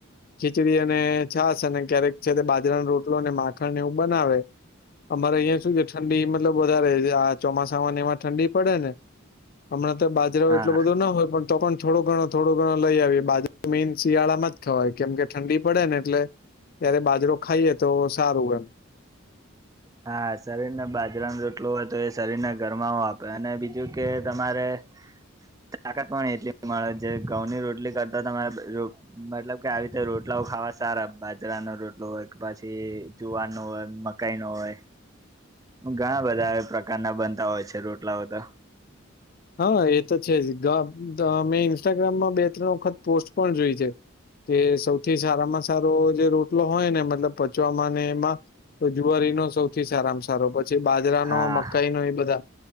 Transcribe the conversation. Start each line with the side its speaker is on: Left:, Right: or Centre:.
Left: ખીચડી અને છાસ અને ક્યારેક છેનેબાજરા રોટલો ને માખણ ને એવું બનાવે અમારે અહિયાં શું છે ઠંડી મતલબ વધારે આ ચોમાસામાં ને એમાં ઠંડી પડે ને હમણાં તો બાજરો
Right: હા
Left: એટલું બધો ના હોય પણ તો પણ થોડો ઘણો થોણો ઘણો લઈ આવીએ <unintelligible> મેન શિયાળામાં જ ખવાય કેમ કે. ઠંડી પડે ને એટલે ત્યારે બાજરો ખાઈએ તો સારું એમ.
Right: હા શરીરને બાજરાનું રોટલો હોય તો એ શરીરને ગરમાવું આપે. અને બીજું કે તમારે તાકાત પણ એટલી મળે. જેવી ઘઉંની રોટલી કરતાં તમારે. મતલબ કે આવી રીતે રોટલાઓ ખાવા સારા બાજરાના રોટલો હોય કે પછી જુવાર નો હોય કાઈ નો હોય. ઘણાં બધાં આ પ્રકારનાં બનતાં હોય છે રોટલાઓ તો.
Left: હા એ તો છે જ મે ઇન્સ્ટાગ્રામમાં બે ત્રણ વખત પોસ્ટ. પણ જોઈ છે. કે સૌથી સારામાં સારો જે રોટલો હોય ને મતલબ પચવામાંને માં તો જુવારીનો સૌથી સારામાં સારો પછી બાજરાનો
Right: હા
Left: મકાઈનો એ બધાં